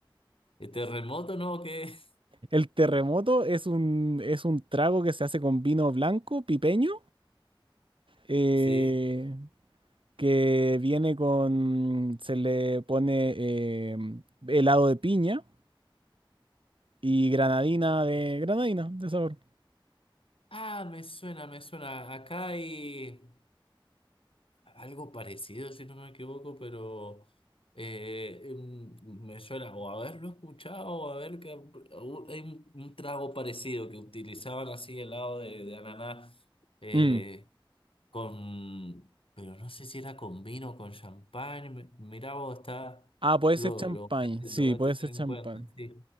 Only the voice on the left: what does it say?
¿El terremoto no? o ¿Qué? <laughs>
Sí.
Ah, me suena, me suena. Acá hay. Algo parecido, si no me equivoco, pero eh, em, me suena o haberlo escuchado o haber que o hay un, un trago parecido que utilizaban así helado de, de ananá. eh,
con, pero no sé si era con vino o con champán. Mi- Mirá vos, está,
lo,
lo, lo
voy
a tener
en
cuenta, sí.